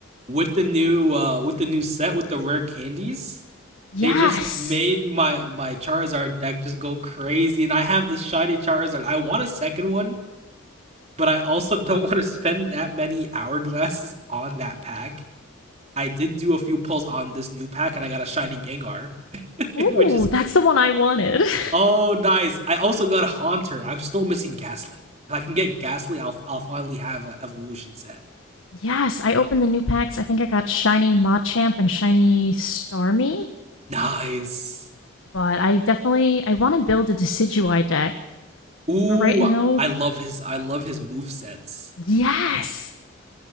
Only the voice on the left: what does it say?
Yes.
Ooh,
that's the one I wanted. <laughs>
Yes, I opened the new packs. I think I got shiny Machamp and shiny Starmie.
but I definitely I want to build a Decidueye deck.
But right now,
yes,